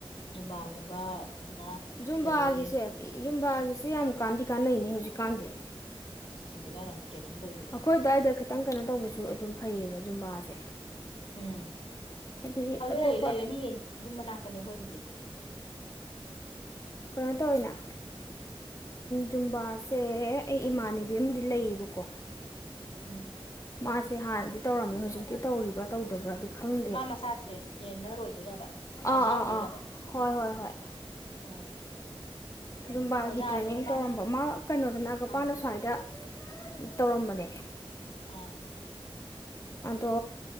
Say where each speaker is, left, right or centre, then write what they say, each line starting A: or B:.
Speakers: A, on the left (about 70°); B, on the left (about 35°).
A: ꯖꯨꯝꯕꯥꯒꯨꯝꯕ ꯑꯣꯖꯥ
B: ꯌꯨꯝꯕꯥꯒꯤꯁꯦ
A: ꯂꯩꯔꯒꯗꯤ
B: ꯌꯨꯝꯕꯥꯒꯤꯁꯦ ꯌꯥꯝ ꯀꯥꯟꯅꯗꯤ ꯀꯥꯟꯅꯩꯅꯦ ꯍꯧꯖꯤꯛ ꯀꯥꯟꯖꯤꯦ
A: ꯑꯦꯁ ꯍꯧꯖꯤꯛꯀꯥꯟ ꯌꯥꯝ ꯇ꯭ꯔꯦꯅꯤꯡ ꯇꯧꯔꯤꯗꯨꯗꯤ
B: ꯑꯩꯈꯣꯏ ꯑꯗꯨ꯭ꯋꯥꯏꯗ ꯈꯤꯇꯪ ꯀꯩꯅꯣ ꯇꯧꯕꯁꯨ ꯑꯗꯨꯝ ꯐꯩꯌꯦꯕ ꯖꯨꯝꯕꯥꯁꯦ
A: ꯎꯝ
B: ꯍꯥꯏꯗꯤ
A: ꯑꯗꯨ
B: ꯑꯇꯣꯞꯄ
A: ꯂꯩꯌꯦ ꯂꯩ ꯑꯅꯤ ꯌꯨꯝ ꯃꯅꯥꯛꯇꯅꯦ ꯑꯣꯏꯒꯤꯗꯤ
B: ꯀꯩꯅꯣꯇꯣ ꯑꯣꯏꯅ ꯖꯨꯝꯕꯥꯁꯦ ꯑꯩ ꯏꯃꯥꯟꯅꯕꯤ ꯑꯃꯗꯤ ꯂꯩꯌꯦꯕꯀꯣ
A: ꯎꯝ
B: ꯃꯥꯁꯦ ꯍꯥꯟꯅꯗꯤ ꯇꯧꯔꯝꯃꯦ ꯍꯧꯖꯤꯛꯇꯤ ꯇꯧꯔꯤꯕꯥ ꯇꯧꯗꯕ꯭ꯔꯥ ꯈꯪꯗꯦ
A: ꯑꯗꯩ ꯃꯥ ꯃꯁꯥ ꯇ꯭ꯔꯦꯅꯔ ꯑꯣꯏꯗꯣꯏꯔꯕ ꯑꯣꯖꯥ
B: ꯑꯥ
A: ꯑꯣꯏꯗꯣꯏꯔꯕ
B: ꯑꯥ ꯑꯥ ꯍꯣꯏ ꯍꯣꯏ ꯍꯣꯏ
A: ꯎꯝ
B: ꯑꯗꯨꯨꯝꯕꯥꯒꯤ
A: ꯑꯣꯖꯥꯅꯦꯕ
B: ꯇ꯭ꯔꯦꯅꯤꯡ
A: ꯃꯥꯅ
B: ꯇꯧꯔꯝꯕ ꯃꯥ ꯀꯩꯅꯣꯗꯅꯒꯄꯥꯅ
A: ꯑꯥ
B: ꯁ꯭ꯋꯥꯏꯗ ꯇꯧꯔꯝꯕꯅꯦ
A: ꯑꯥ
B: ꯑꯗꯣ